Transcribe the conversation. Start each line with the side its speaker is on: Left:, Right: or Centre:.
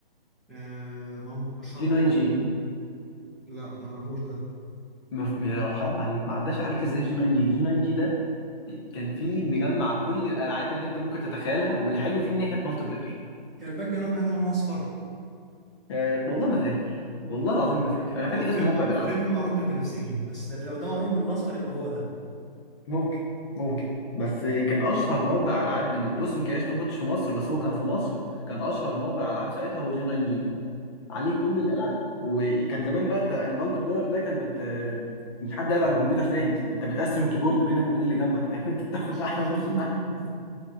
Centre: آه مم- اشهر
Left: جي
Centre: موقع
Left: 9 جي
Centre: اونلاين لا ما اعرفوش ده
Left: ما ما- حرام عليك ما عداش عليك ازاي جي 9 جي جي 9 جي ده كان في مجمع كل الالعاب اللي انت ممكن تتخيلها واللي حلو فيه ان هي كانت مالتي بلاير
Centre: كان الباك جراوند بتاعته لونه اصفر
Left: أه والله ما فاكر والله العظيم ما فاكر انا فاكر
Centre: هو فريف
Left: اسم موقع بالعافيه
Centre: فريف معروف بالبنفسجي بس لو ده معروف بالاصفر يبقى هو ده
Left: ممكن ممكن بس كان اشهر موقع العاب بالنسبه بص يمكن انت ما كنتش في مصر بس هو كان في مصر كان اشهر موقع العاب ساعتها هو جي 9 جي ده عليه كل الالعاب وكان زمان بقى انت المالتي بلاير ده كان بت مش حد قاعد على كمبيوتر تاني انت بتقسم الكيبورد بينك وبين اللي جنبك فاهم <laughs> انت بتاخد ناحيه
Centre: <laughs>
Left: وبياخد ناحيه